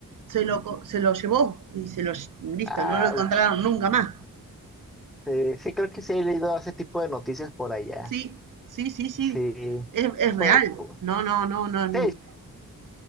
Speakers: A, on the right; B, in the centre.
A: se lo, se lo llevó y se lo, listo,
B: Ouch.
A: no lo encontraron nunca más.
B: Sí, sí, creo que sí he leído ese tipo de noticias por allá.
A: Sí, sí, sí, sí,
B: Sí.
A: es, es real.
B: Pues, pu-
A: No, no, no, no.
B: sí,